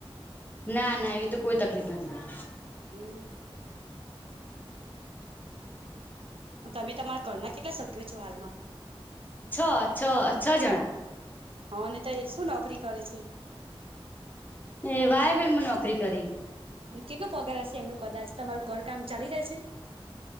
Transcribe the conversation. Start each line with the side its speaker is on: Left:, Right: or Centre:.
Left: ના-ના એવી તો કોઈ તકલીફ નથી.
Right: હમ્મ. તમે તમારા ઘરના કેટલા સભ્યો છો, હાલમાં?
Left: છ-છ, છ જણા.
Right: હ નહીં તો એ શું નોકરી કરે છે?
Left: એ વાયર મેન માં નોકરી કરી.
Right: અને કેટલો પગાર હશે એમનું કદાચ તમારું ઘર કામ ચાલી રહેશે?